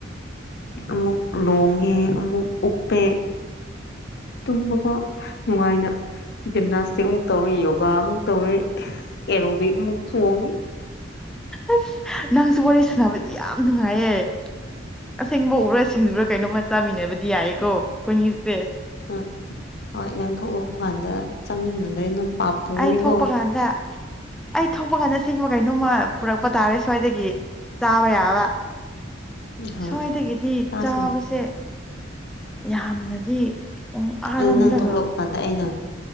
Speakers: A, on the left; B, in the centre.
A: ꯑꯃꯨꯛ ꯂꯣꯡꯉꯦ ꯑꯃꯨꯛ ꯎꯞꯄꯦ ꯇꯨꯝꯕꯒ ꯅꯨꯡꯉꯥꯏꯅ ꯖꯤꯝꯅꯥꯁ ꯍꯧꯛ ꯑꯃꯨꯛ ꯇꯧꯔꯦ ꯌꯣꯒꯥ ꯑꯃꯨꯛ ꯇꯧꯔꯦ ꯑꯦꯔꯣꯕꯤꯛ ꯑꯃꯨꯛ ꯆꯣꯡꯉꯦ
B: ꯑꯁ ꯅꯪꯁꯨ ꯋꯥꯔꯤ ꯁꯥꯟꯅꯕꯗꯤ ꯌꯥꯝ ꯅꯨꯡꯉꯥꯏꯌꯦ ꯑꯁꯦꯡꯕ ꯎꯕ꯭ꯔꯥ ꯁꯤꯡꯁꯤꯕ꯭ꯔꯥ ꯀꯩꯅꯣꯝꯃ ꯆꯥꯃꯤꯟꯅꯕ ꯗꯤ ꯌꯥ ꯀꯣ ꯀꯟꯁꯦ
A: ꯎꯝ ꯍꯣꯏ ꯅꯪ ꯊꯣꯛꯂꯛꯄ ꯀꯥꯟꯗ ꯆꯥꯃꯤꯟꯅꯗ꯭ꯔꯦ ꯅꯪ ꯄꯥꯞꯄꯨꯅꯤꯀꯣ
B: ꯑꯩ ꯊꯣꯛꯄ ꯀꯥꯟꯗ ꯑꯩ ꯊꯣꯛꯄ ꯀꯥꯟꯗ ꯁꯤꯡꯕ ꯀꯩꯅꯣꯝꯃ ꯄꯨꯔꯛꯄ ꯇꯥꯔꯦ ꯁ꯭ꯋꯥꯏꯗꯒꯤ ꯆꯥꯕ ꯌꯥꯕ
A: ꯍꯣꯏ
B: ꯁ꯭ꯋꯥꯏꯗꯒꯤꯗꯤ
A: ꯆꯥꯁꯤꯅꯦ
B: ꯆꯥꯕꯁꯦ
A: ꯀꯩꯅꯣ
B: ꯌꯥꯝꯅꯗꯤ ꯑꯥꯔꯣꯝꯗꯒ
A: ꯑꯗꯨ ꯅꯪ ꯊꯣꯛꯂꯛꯄ ꯀꯥꯟꯗ ꯑꯩꯅ